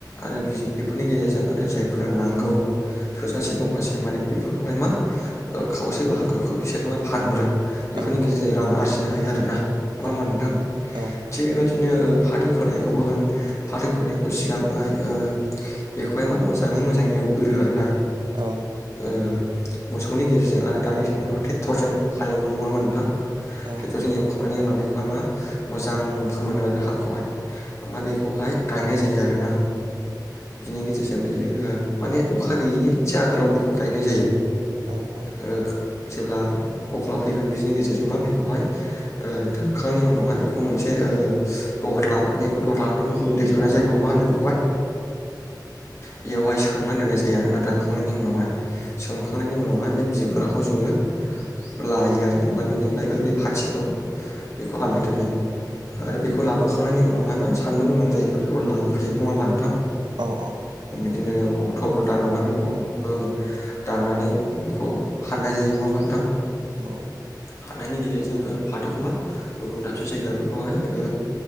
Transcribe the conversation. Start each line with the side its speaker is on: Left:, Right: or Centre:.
Left: आरो बेफोरनि गेजेरजों आरो जायफोरनो नांगौ थोजासे दंखायसै माने बेफोरखौहाय मा ओ खावसे बाहागोखौ बिसोर मा फानहरो। बेफोरनि
Right: औ औ
Left: गेजेरजों रां आरजिनो हायो आरोना। नङा
Right: औ
Left: ओमबा नोंथां?
Right: औ औ
Left: थिग बेबायदि नो ओ फाथो फोनायखोबोहोन फाथो फोनायबो सिगांआय ओ बेखौहाय मा मोजाङै मोजां एवग्रो आरोना।
Right: औ
Left: ओह मोसौनि गेजेरजों आरो दानि थेङ थेक्टरजों हालेवो नङा होमबा नोंथां?
Right: औ
Left: थेक्टरजों एवखांनायनि उनाव बेखौ ओमफाय मा मोजां फोमोनो आरो हाखौहाय। ओमाय बेखौहाय गायनाय जायो आरोना। बिनि गेजेर जों बियो ओ माने अखा गैयिनि एदसे आगोलाव बेखौ गायनाय जायो।
Right: औ औ
Left: ओ जेब्ला अख्ला फैगोन बिजिनि गेजेरजों मा बेखौहाय ओ थांखांनि उनावहाय बेखौ मोनसे ओ दलहा माने बेखौ दह्ला होननानै बुङो दै थानाय जायगाखौ मा होनो बेखौहाय? बेयावहाय हमनानै दोननाय जायो आरोना दानखांनायनि उनावहाय। सोंखांनायनि उनावहाय बेब बिगुराखौ जोङो लायो आरो ओमफ्राय बेनिफ्राय ओ बे फाथिखौ बेखौ आलदा दोनो। आरो बेखौ लाबोखांनायनि उनावहाय मा सानदुं गोनां जायगा फोराव लामफैयो नङा होनबा नों थां?
Right: औ औ।
Left: दिनो अक्टबर दानावहाय बेखौ ओ दाननानै बेखौ हाननायजायो नङाहोमबा नोंथां?
Right: औ।
Left: हनायनि गेजेरजों ओ फाथोखो मा गुबुन दाबसे जायगायाव बेखौहाय ओ